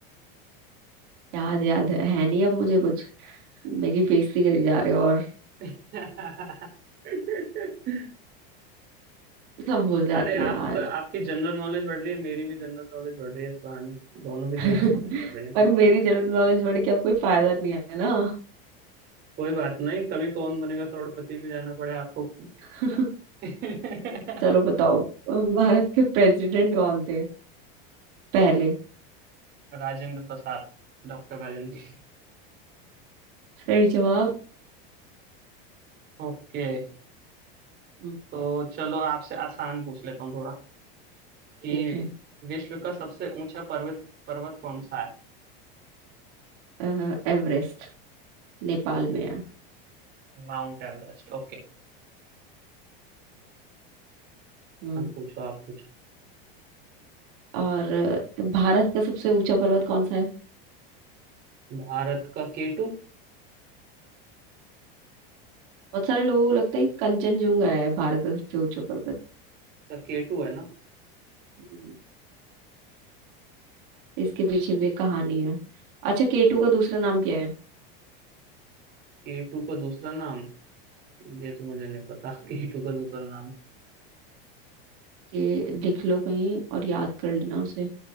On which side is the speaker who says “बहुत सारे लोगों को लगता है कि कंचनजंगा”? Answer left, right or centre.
Right